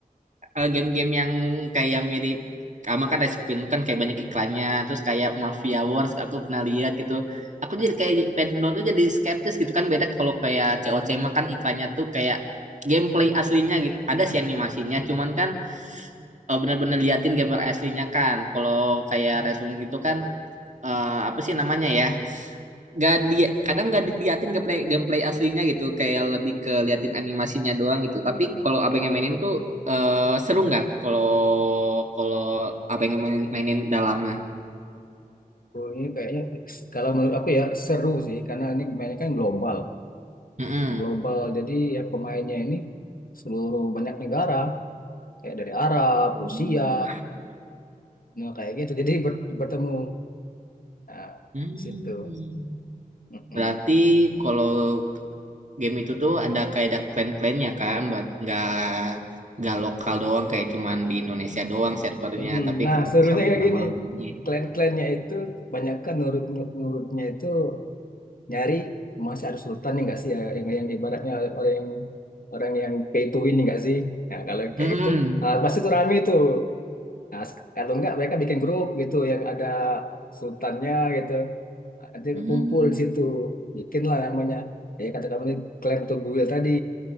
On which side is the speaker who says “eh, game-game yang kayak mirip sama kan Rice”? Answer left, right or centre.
Right